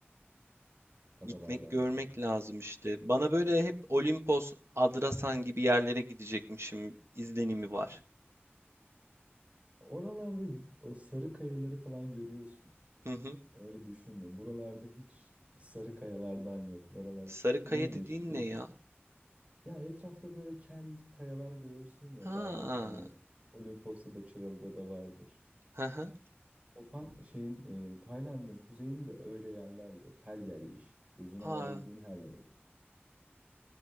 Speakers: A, on the right (about 30°); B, on the right (about 80°).
A: Adalardansa.
B: Gitmek görmek lazım işte. Bana böyle hep Olimpos, Adrasan gibi yerlere gidecekmişim izlenimi var.
A: Oralarda y- o sarı kayaları falan görüyorsun.
B: Hı hı.
A: Öyle düşünme. Buralarda hiç sarı kayalardan yok. Oralar
B: Sarıkaya
A: yemyeşil
B: dediğin
A: gözün.
B: ne ya?
A: Ya etrafta böyle kel kayalar görürsün ya
B: Ha.
A: dağlık hani Olimpos'ta da Çıralı'da da vardır.
B: Hı hı.
A: Kopan şeyin e, Tayland'ın kuzeyinde öyle yerler yok. Her yer yeşil. Gözün alabildiğin
B: Aa,
A: her yer.